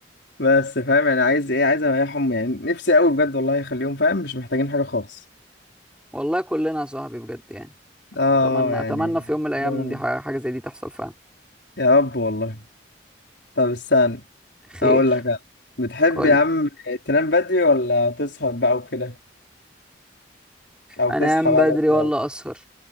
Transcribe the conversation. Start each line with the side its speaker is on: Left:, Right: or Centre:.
Left: بس فاهم يعني عايز ايه عايز اريحهم يعني نفسي قوي بجد والله يخليهم فاهم مش محتاجين حاجه خالص
Centre: والله كلنا يا صاحبي بجد يعني
Left: اه
Centre: اتمنى
Left: يعني
Centre: اتمنى في يوم من الايام
Left: جوان.
Centre: دي ح- حاجه زي دي تحصل فعلا
Left: يا رب والله طب استنى
Centre: خير
Left: اقول لك أنا. بتحب
Centre: قول
Left: يا عم تنام بدري ولا تسهر بقى وكده او
Centre: انام
Left: تصحى بقى
Centre: بدري
Left: بدري
Centre: ولا
Left: او
Centre: اسهر